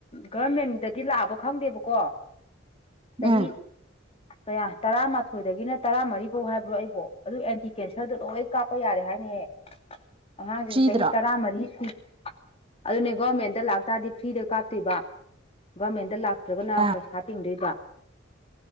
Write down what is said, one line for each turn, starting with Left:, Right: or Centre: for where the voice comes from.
Left: ꯒꯔꯃꯦꯟꯗꯗꯤ ꯂꯥꯛꯑꯕ ꯈꯪꯗꯦꯕꯀꯣ ꯆꯍꯤ
Right: ꯎꯝ
Left: ꯀꯌꯥ ꯇꯔꯥꯃꯥꯊꯣꯏꯗꯒꯤꯅ ꯇꯔꯥꯃꯔꯤꯐꯧ ꯍꯥꯏꯕ꯭ꯔꯣ ꯑꯩꯕꯣ ꯑꯗꯨ ꯑꯦꯇ ꯀꯦꯟꯁꯔꯗꯣ ꯂꯣꯏ ꯀꯥꯞꯄ ꯌꯥꯔꯦ ꯍꯥꯏꯅꯤꯍꯦ ꯑꯉꯥꯡꯁꯤꯡ
Right: ꯐ꯭ꯔꯤꯗ꯭ꯔꯣ
Left: ꯆꯍꯤ ꯇꯔꯥꯃꯔꯤ ꯁꯨ ꯑꯗꯨꯅꯤ ꯒꯣꯔꯃꯦꯟꯗ ꯂꯥꯛ ꯞꯇꯥꯗꯤ ꯐ꯭ꯔꯤꯗ ꯀꯥꯞꯇꯣꯏꯕ ꯒꯔꯃꯦꯟꯗ ꯂꯥꯛꯇ꯭ꯔꯒꯅ
Right: ꯑꯥ
Left: ꯄꯩꯁꯥ ꯇꯤꯡꯗꯣꯏꯕ